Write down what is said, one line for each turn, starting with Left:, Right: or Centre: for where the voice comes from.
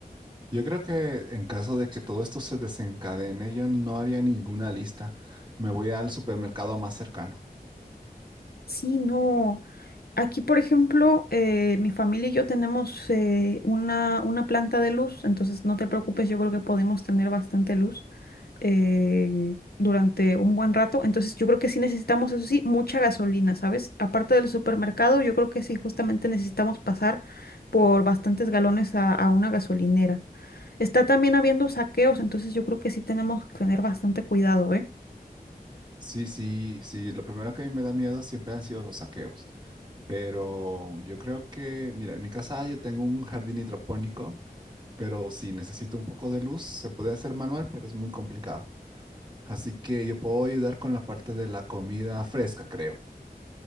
Right: Yo creo que en caso de que todo esto se desencadene, yo no haría ninguna lista. Me voy al supermercado más cercano.
Left: Sí, no. Aquí, por ejemplo, eh, mi familia y yo tenemos eh, una, una planta de luz, entonces no te preocupes, yo creo que podemos tener bastante luz eh, durante un buen rato. Entonces yo creo que sí necesitamos, eso sí, mucha gasolina, ¿sabes? Aparte del supermercado, yo creo que sí, justamente necesitamos pasar por bastantes galones a, a una gasolinera. Está también habiendo saqueos, entonces yo creo que sí tenemos que tener bastante cuidado, ¿eh?
Right: Sí, sí, sí, lo primero que a mí me da miedo siempre han sido los saqueos. Pero yo creo que, mira, en mi casa yo tengo un jardín hidropónico pero si necesito un poco de luz, se puede hacer manual, pero es muy complicado. Así que yo puedo ayudar con la parte de la comida fresca, creo.